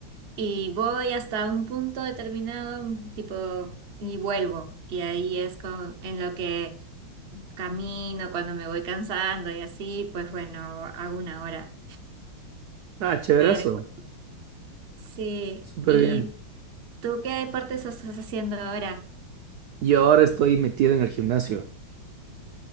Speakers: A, on the right (about 45°); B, on the right (about 75°).
A: y voy hasta un punto determinado, tipo, y vuelvo. Y ahí es con, en lo que camino, cuando me voy cansando y así, pues bueno, hago una hora.
B: Ah, chéverazo.
A: <laughs> Sí,
B: Súper
A: ¿y
B: bien.
A: tú qué deportes estás haciendo ahora?
B: Yo ahora estoy metido en el gimnasio.